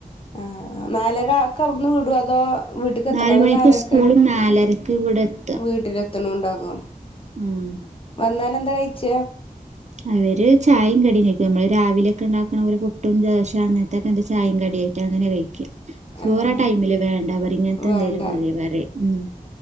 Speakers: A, on the left (about 40°); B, on the right (about 50°).
A: ആ നാലര ഒക്കെ അവിടുന്ന് വിടും അതോ വീട്ട്ക്ക് എത്തണതോ
B: നാല് മണിക്ക്
A: നാലർക്ക്
B: സ്കൂളും നാലരക്ക് ഇവിടെ എത്തുക
A: വീട്ടിൽ എത്തണും ഉണ്ടാകും
B: ഉം.
A: വന്നാല എന്താ കഴിച്ച
B: അവര് ചായയും കടക്കും നമ്മള് രാവിലെയൊക്കെ ഉണ്ടാക്കണ പോലെ പൊട്ടും ദോശം അങ്ങനത്തെൊക്കെ ചായ കടിം <unintelligible> അ ങ്ങനെ കഴിക്കാ ചോറാ
A: ആഹ്
B: ടൈമില് വേണ്ട അവർ ഇങ്ങനത്തെ
A: വേണ്ട
B: എന്തേലും മതി പറിം ഉ